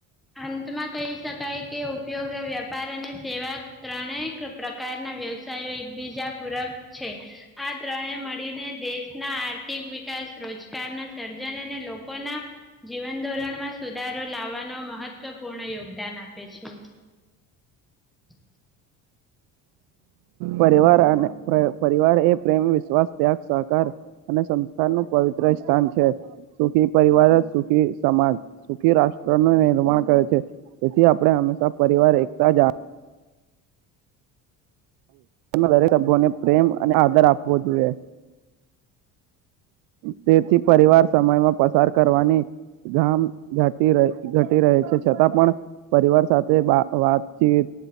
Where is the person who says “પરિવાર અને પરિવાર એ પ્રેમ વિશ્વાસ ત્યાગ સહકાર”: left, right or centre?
Right